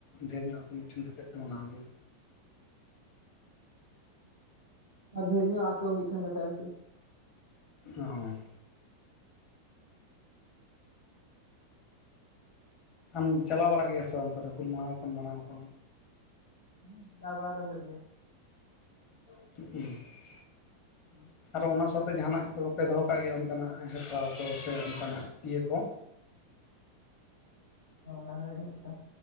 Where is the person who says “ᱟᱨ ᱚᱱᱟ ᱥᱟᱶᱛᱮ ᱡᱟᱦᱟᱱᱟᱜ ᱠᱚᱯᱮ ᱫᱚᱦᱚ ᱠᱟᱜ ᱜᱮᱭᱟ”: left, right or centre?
Left